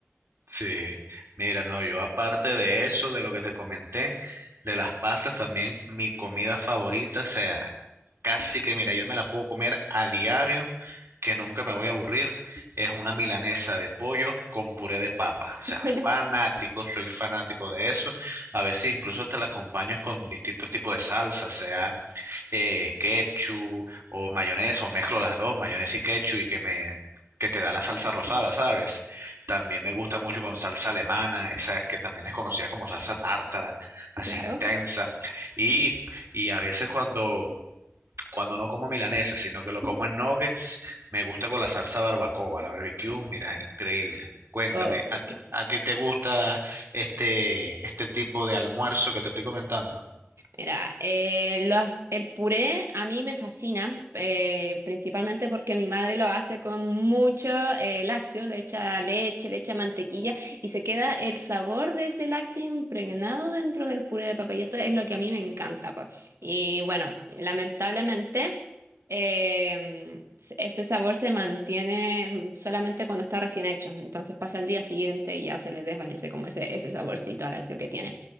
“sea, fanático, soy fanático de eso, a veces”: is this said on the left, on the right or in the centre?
Right